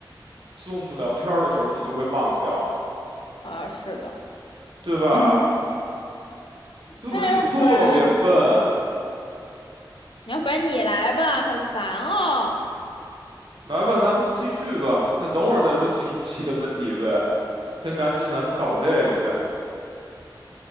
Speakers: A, on the right (about 70°); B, on the left (about 85°).
A: Zoom 聊天儿的时候，你就会忘掉，
B: 啊，是的，
A: 对吧？
B: 嗯，
A: 所以我觉得你特别笨。
B: 那要不然，要不然你来吧，好烦哦。
A: 来吧，咱们继续吧。那等会儿再说计时器的问题呗，先赶紧咱们搞这个呗。